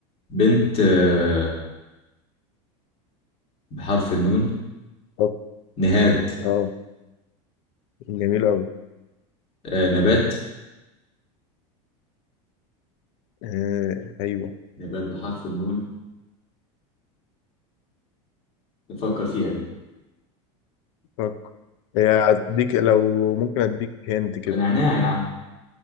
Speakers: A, on the left (about 35°); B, on the left (about 65°).
A: بنت آه، بحرف النون
B: طب
A: نهاد
B: اه جميل أوي
A: آه، نبات
B: آه أيوه
A: نبات بحرف النون نفكر فيها دي
B: فكر هي هديك لو ممكن أديك هنت كده
A: نعناع يا عم